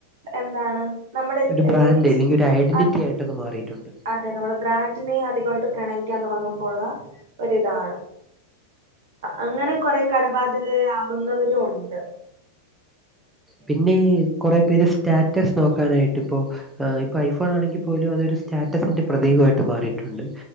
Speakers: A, on the right; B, in the centre.
A: എന്താണ് നമ്മുടെ
B: ഒരു ബ്രാൻഡ്
A: ലിവിങ്സ്
B: അല്ലെങ്കിൽ ഒരു ഐഡന്റിറ്റി
A: അതെ
B: ആയിട്ട് അത് മാറിയിട്ടുണ്ട്
A: അതെ നമ്മള് ബ്രാൻഡിനെ അധികമായിട്ട് പ്രണയിക്കാൻ തുടങ്ങുമ്പോള്ള ഒരിതാണ് അങ്ങനെ കൊറേ കടബാധിതയാകുന്നവരുണ്ട്
B: പിന്നെ കുറേ പേര് സ്റ്റാറ്റസ് നോക്കാനായിട്ട് ഇപ്പോ ഇപ്പോ ഐഫോൺ ആണെങ്കിൽ പോലും അതൊരു സ്റ്റാറ്റസിന്റെ പ്രതീകമായിട്ട് മാറിയിട്ടുണ്ട്